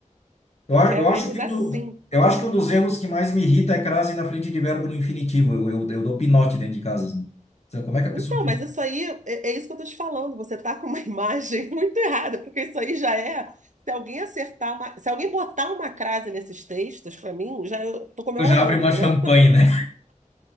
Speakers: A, on the left; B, on the right.
A: Eu,
B: Eu
A: a-
B: pego
A: eu acho
B: erros
A: que um
B: assim.
A: do, eu acho que um dos erros que mais me irrita é crase na frente de verbo no infinitivo. Eu, eu, eu dou pinote dentro de casa. assim. Então, como é que a
B: Então,
A: pessoa fez?
B: mas isso aí, é, é isso que eu tô te falando. Você tá com uma <laughs> imagem muito errada, porque isso aí já é. Se alguém acertar uma, se alguém botar uma crase nesses textos, para mim, já eu tô comemorando,
A: Eu já abre uma
B: entendeu?
A: champanhe, né?